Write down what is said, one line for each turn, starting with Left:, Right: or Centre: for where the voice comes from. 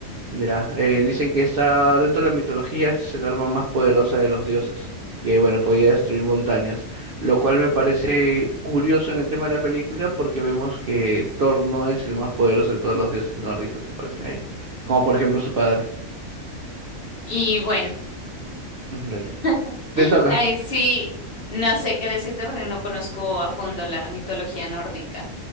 Right: Ya, eh, dicen que está dentro de la mitología, esta es el arma más poderosa de los dioses, que bueno, podía destruir montañas, lo cual me parece curioso en el tema de la película porque vemos que Thor no es el más poderoso de todos los dioses nórdicos que aparecen ahí, como por ejemplo su padre.
Left: y bueno,
Right: Ujú, Dale.
Left: <laughs>
Right: ¿Te toca?
Left: ahí sí, no sé qué decirte porque no conozco a fondo la mitología nórdica.